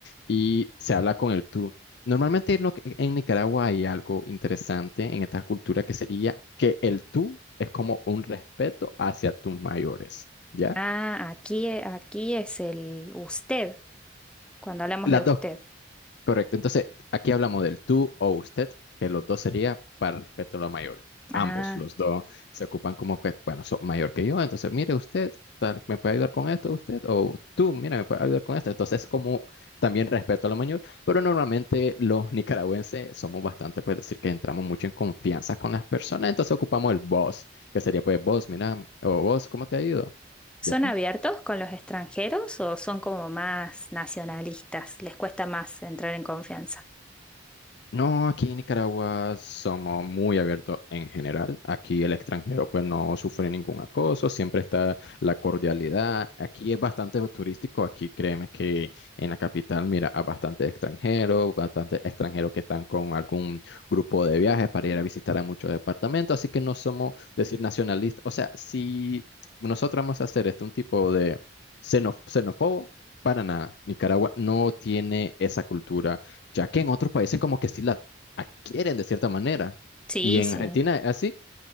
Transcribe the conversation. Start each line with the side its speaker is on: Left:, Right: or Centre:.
Left: y se habla con el tú. Normalmente en, lo que- en Nicaragua hay algo interesante en esta cultura que sería que el tú es como un respeto hacia tus mayores. ¿Ya?
Centre: Ah, aquí, eh, aquí es el usted, cuando hablamos
Left: Las
Centre: de usted.
Left: dos, correcto. Entonces, aquí hablamos del tú o usted, que los dos sería para respeto a los mayores. Ambos,
Centre: Ah,
Left: los dos, se ocupan como, pues, bueno, sos mayor que yo, entonces, mire usted, tal, ¿me puede ayudar con esto usted? O tú, mira, ¿me puede ayudar con esto? Entonces, como también respeto a lo mayor, pero normalmente los nicaragüenses somos bastante, pues, decir que entramos mucho en confianza con las personas, entonces ocupamos el vos, que sería, pues, vos, mira, o vos, ¿cómo te ha ido?
Centre: ¿son
Left: Ya.
Centre: abiertos con los extranjeros o son como más nacionalistas? ¿Les cuesta más entrar en confianza?
Left: No, aquí en Nicaragua somos muy abiertos en general. Aquí el extranjero pues no sufre ningún acoso, siempre está la cordialidad. Aquí es bastante turístico, aquí créeme que en la capital mira a bastante extranjeros, bastante extranjeros que están con algún grupo de viajes para ir a visitar a muchos departamentos, así que no somos decir nacionalistas. O sea, si nosotros vamos a hacer este un tipo de xeno- xenófobo, para nada. Nicaragua no tiene esa cultura ya que en otros países como que sí la adquieren de cierta manera.
Centre: Sí,
Left: Y en
Centre: sí.
Left: Argentina, así,